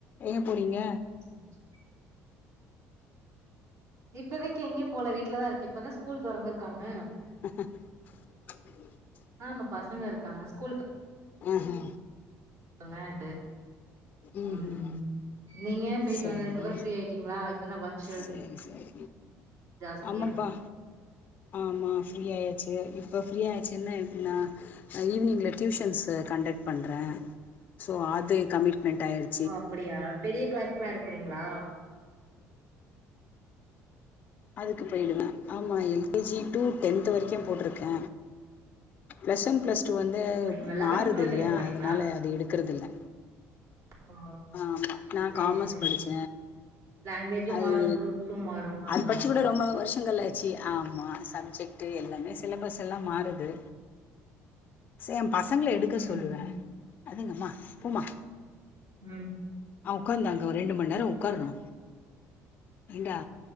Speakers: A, on the left; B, on the right.
A: எங்க போறீங்க
B: <inaudible> இப்போதைக்கு எங்கயு போல வீட்லதாருக் இப்பன்தா ஸ்கூல் தொறந்துருக்காங்க
A: ஹ <unintelligible>
B: ஆமா பசங்க இருக்காங்க ஸ்கூலுக்கு
A: ஆஹா
B: ங்கட்டு
A: ம்
B: உம்
A: ம்
B: நீங்க போயிட்டு
A: சரி
B: வந்ததுக்கப்புறோ ஃப்ரீ ஆயிட்டீங்களா இப்பதான் ஒர்க்க்ஷல்
A: சரி சரி
B: ஜாஸ்தியா
A: ஆமாப்பா ஆமா ஃப்ரீ ஆயாச்சு இப்ப ஃப்ரீ ஆயிச்சுன்னா நா அ ஈவினிங்ல டியூஷன்ஸ் கண்டக்ட் பண்ற சோ அது கமிட்மென்ட் ஆயிரு
B: ஓ அப்படியா பெரிய கிளாஸ்க்லா எடுக்றீங்களா
A: அதுக்கு போயிடுவ ஆமா L K G to tenth வரைக்கும் போட்டுருக்க பிளஸ் ஒன் பிளஸ் டூ வந்து
B: அப்டிங்களா
A: மாறுது
B: லெவன்த் டுவெல்த்
A: இல்லயா
B: எடுக்க மாட்டீங்களா
A: அதனால அது எடுக்கறதுல்ல
B: ஓ
A: ஆம்மா நா
B: சேரி
A: காமஸ்
B: சேரி
A: படிச்ச
B: லாங்குவேஜு
A: அது
B: மாறு குரூப்ஸு மாறு ஆமா
A: அது படிச்சு கொட ரொம்ப வர்ஷ் ங்களாச்சி ஆமா சப்ஜெக்ட் எல்லாமே சிலபஸ் எல்லா மாறுது சேம் பசங்கள எடுக்க
B: ம்
A: சொல்லுவ
B: ம்
A: அதுங்கம்மா போமா
B: ம்
A: ஆ உக்கார்ந்தா அங்க ஒரு ரெண்டு மண் நேரோ உக்காரனோ ஏன்டா